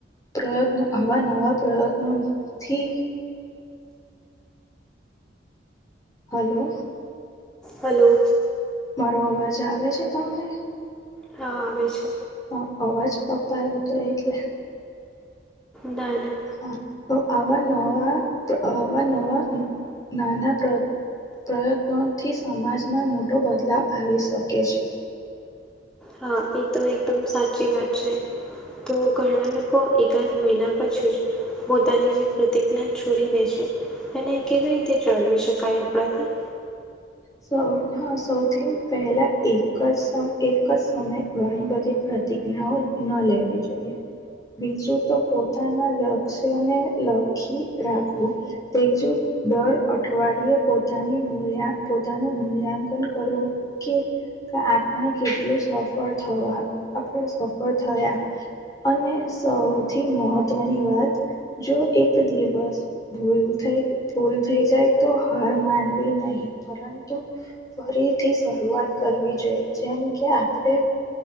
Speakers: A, on the left (about 20°); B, in the centre.
A: પ્રયત્નો આવા નવા પ્રયત્નો થી હલો
B: હલો
A: મારો અવાજ આવે છે તમને?
B: હા આવે છે.
A: હ અવાજ કપાય હતો એટલે
B: ના ના
A: હા આવા નવા નવા નાના પ્રયત્નોથી સમાજમાં મોટો બદલાવ આવી શકે છે.
B: હા એ તો એકદમ સાચી વાત છે તો ઘણા લોકો એકાદ મહિના પછી જ પોતાની જે પ્રતિજ્ઞા છોડી દે છે એને કેવી રીતે જાળવી શકાય આપણાથી?
A: સ હા સૌથી પહેલા એક જ એક જ સમય ઘણી બધી પ્રતિજ્ઞાઓ ન લેવી જોઈએ. બીજું તો પોતાના લક્ષ્યને લખી રાખવું. તે્રીજું દર અઠવાડિયે પોતાની મૂલ્યા પોતાનું મૂલ્યાંકન કરવો કે કે આપણે કેટલું સફળ થવા આપણે સફળ થયા? અને સૌથી મહત્વની વાત જો એક દિવસ ભૂલ થઈ ભૂલ થઈ જાય તો હાર માનવી નહી. પરંતુ ફરીથી શરૂઆત કરવી જોઈએ જેમ કે આપણે